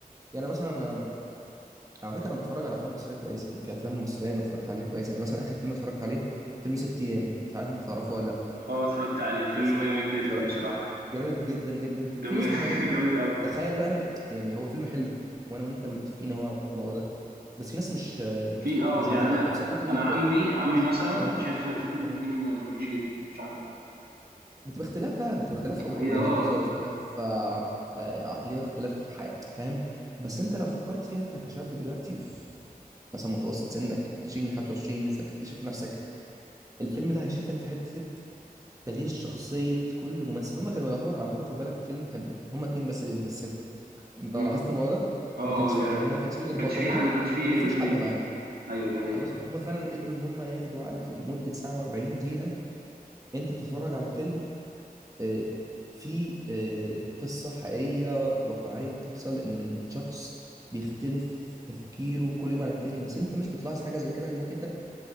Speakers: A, on the right; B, on the right.
A: يعني مثلا على فكره انا بتفرج على افلام مصريه كويسه يعني في افلام مصريه انا اتفرجت عليها كويس يعني مثلا اخر فيلم اتفرجت عليه فيلم ست ايام مش عارف انت تعرفه ولا لا
B: آه، اتفرجت عليه، الفيلم
A: بس
B: ده جميل جدًا
A: اتفرجت
B: بصراحة،
A: جامد جدا جدا
B: جمي
A: في ناس مش
B: <laughs>
A: عاجبها
B: جامد أوي.
A: تخيل بقى ان يعني هو فيلم حلو وانا وانت
B: إمم.
A: متفقين اهو على الموضوع ده بس في ناس مش
B: <laughs> في آه،
A: مش
B: يعني
A: عاجبها
B: أنا
A: طب سالته
B: أنا
A: طب
B: عمي عمي
A: ليه مش
B: مثلًا
A: اه
B: شاف شاف إن
A: آه.
B: ده فيلم وحش جدًا، مش عاجبه.
A: بتبقى اختلاف بقى بتبقى اختلاف أوج-
B: هي
A: وجهات
B: آه،
A: نظر اختلاف آه، آه، عقليات اختلاف ح- فاهم بس انت لو فكرت فيها انت كشاب دلوقتي في مثلا متوسط سنك 20 ل 25 لسه بتكتشف نفسك الفيلم ده هيشدك في حته تغيير شخصيه كل ممثل هما كانوا يعتبر على فكره خد بالك الفيلم كان هما اتنين بس اللي بيمثلوا انت
B: إمم.
A: لاحظت الموضوع ده
B: آه،
A: ما كانش
B: آه، دي
A: فيه
B: حقيقة.
A: يعني هما ما كانش فيه غير
B: ما كانش
A: بطلين
B: في حد ما كانش في
A: وما
B: غير
A: فيش
B: 2.
A: حد معاهم
B: أيوه، دي حقيقة.
A: خلاص وهم فعلا قدروا ان هم ياخدوا عقلك لمده ساعه و40 دقيقه انت بتتفرج على فيلم آه، في آه، قصه حقيقيه واقعيه بتحصل ان الشخص بيختلف تفكيره كل يوم عن التاني بس انت مش بتلاحظ حاجه زي كده لانك انت